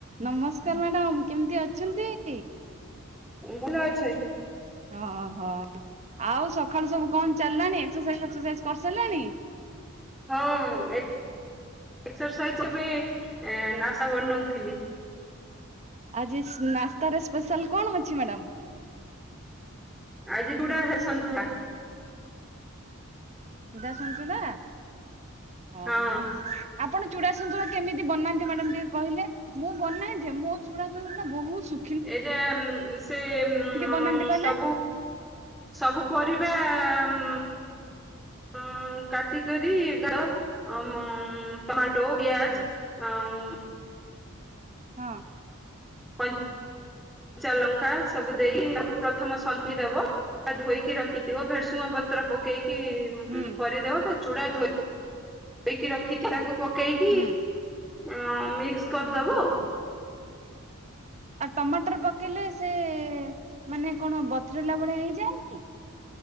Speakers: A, on the right; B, in the centre.
A: ନମସ୍କାର madam କେମିତି ଅଛନ୍ତି?
B: ଉଁ ଭଲ ଅଛି।
A: ଓହୋ ଆଉ ସକାଳୁ ସବୁ କଣ ଚାଲିଲାଣି ଏକ୍ସରସାଇଜ୍ ଫେକ୍ସରସାଇଜ୍ କରିସାରିଲାଣି?
B: ହଁ ଏ ଏକ୍ସରସାଇଜ୍ ଏବେ ନାସ୍ତା ବନଉଥିଲି।
A: ଆଜି ସ ନାସ୍ତାର ସ୍ପେଶାଲ୍ କଣ ଅଛି ମ୍ୟାଡ଼ାମ?
B: ଆଜି ଚୁଡା ସନ୍ତୁଳା।
A: ଚୁଡ଼ା ସନ୍ତୁଳା, ଓହୋ।
B: ହଁ
A: ଆପଣ ଚୁଡ଼ା ସୁନ୍ତୁଳା କେମିତି ବନାନ୍ତି ମ୍ୟାଡ଼ାମ୍ ଟିକେ କହିଲେ? ମୁଁ ବନାଏ ଯେ ମୋ ଚୁଡା ସନ୍ତୁଳା ବହୁତ୍ ସୁ
B: ଏଇଟା ଉଁ ସେ ଉଁ
A: ବନାନ୍ତି କହିଲେ?
B: ସବୁ ସବୁ ପରିବା ଉଁ ଉମ କାଟିିକରି ଡା-ଳା ଅ ମ ଟମାଟୋ ପିଆଜ୍
A: ହଁ
B: ଅଁ ଉମ
A: ହଁ।
B: କ-ଞ୍ଚା ଲଙ୍କା ସବୁ ଦେଇ ତାକୁ ପ୍ରଥମ ସନ୍ତୁଳି ଦବ। କା ଧୋଇିକି ରଖିଥିବ ଭେରସୁଙ୍ଗ ପ ତ୍ର ପକେଇକି
A: ହୁଁ
B: କରିଦବ ତା ଚୁଡା ଧୋଇ-ଧୋଇକି ରଖିଥିଅ ତାକୁ ପକେଇକି
A: ହୁଁ।
B: ଉମ ମିକ୍ସ କରିଦବ ଆଉ।
A: ଆଉ ଟମାଟର ପକେଇଲେ ସେ ମାନେ କଣ ବତରିଲା ଭଳିଆ ହେଇଯାଏନି?